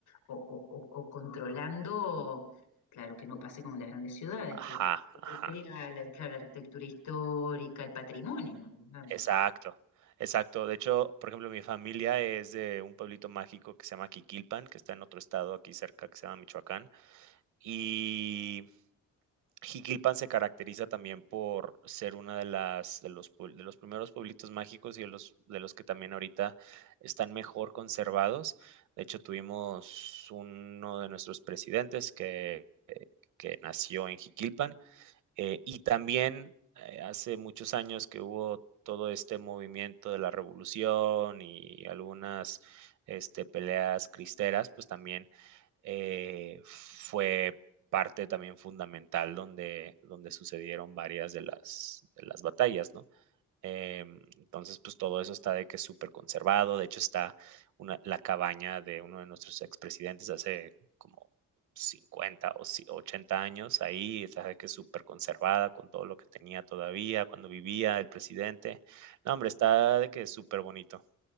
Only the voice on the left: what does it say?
o, o- o- o controlando, claro, que no pase como en las grandes ciudades, que
coquetea
la, claro, la arquitectura histórica, el patrimonio, digamos.